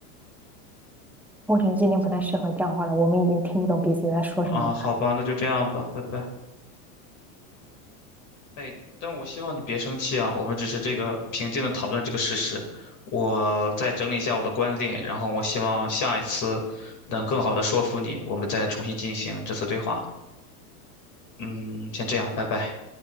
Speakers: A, in the centre; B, on the left (about 40°).
A: 我觉得今天不太适合讲话了，我们已经听不懂彼此在说什么了。
B: 啊，好吧，那就这样吧，拜拜。哎，但我希望你别生气啊，我们只是这个平静的讨论这个事实。我再整理一下我的观点，然后我希望下一次能更好的说服你，我们再重新进行这次对话。嗯，先这样，拜拜。